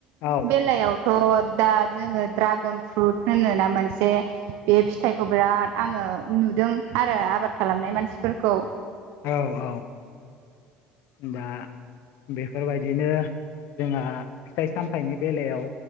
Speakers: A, on the left; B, on the right.
A: औ
B: बेलायाव थ' दा जोङो दड्रागन फ्रुट होनोना मोनसे बे फिथाइखौ बिराद आङो ओ नुदों आरो आबाद खालामनाय मानसिफोरखौ
A: औ औ। दा बेफोरबायदिनो जोंहा फिथाइ सामथायाइनि बेलायाव